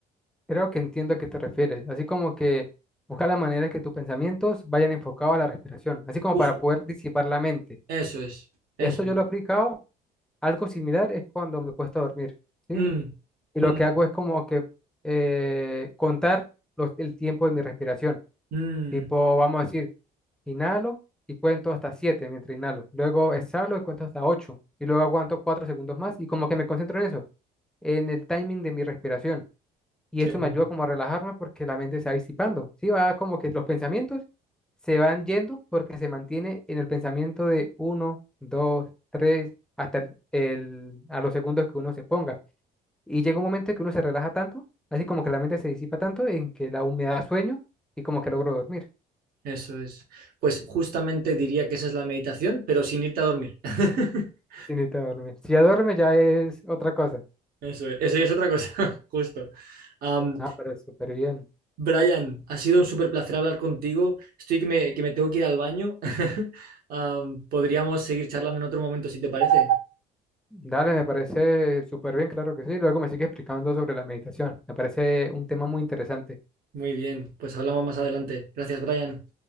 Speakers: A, in the centre; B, on the right.
A: Creo que entiendo a qué te refieres. Así como que buscar la manera que tus pensamientos vayan enfocados a la respiración, así como
B: Justo.
A: para poder disipar la mente.
B: Eso es, eso
A: Eso yo
B: es.
A: lo he aplicado. Algo similar es cuando me cuesta dormir, ¿sí?
B: Mm,
A: Y
B: mm,
A: lo que hago es como que eh, contar los- el tiempo de mi respiración.
B: mm,
A: Tipo, vamos a decir, Inhalo y cuento hasta 7 mientras inhalo. Luego exhalo y cuento hasta ocho Y luego aguanto 4 segundos más y como que me concentro en eso, en el timing de mi respiración. Y
B: qué
A: esto
B: bueno.
A: me ayuda como a relajarme porque la mente se va disipando. Sí, va como que los pensamientos se van yendo porque se mantiene en el pensamiento de uno, 2, 3 hasta el, el- a los segundos que uno se ponga. Y llega un momento en que uno se relaja tanto, así como que la mente se disipa tanto en que la humedad da sueño y como que logro dormir.
B: Eso es. Pues justamente diría que esa es la meditación, pero sin irte a dormir. <laughs>
A: Sí, necesita dormir. Si ya duerme, ya es otra cosa.
B: Eso es, eso ya es otra cosa, <laughs> justo. Am,
A: Ah, pero súper bien.
B: Brian, ha sido un súper placer hablar contigo. Estoy que me, que me tengo que ir al baño. <laughs> Am, podríamos seguir charlando en otro momento, si te parece.
A: Dale, me parece súper bien, claro que sí. Luego me sigue explicando sobre la meditación. Me parece un tema muy interesante.
B: Muy bien, pues hablamos más adelante. Gracias, Brian.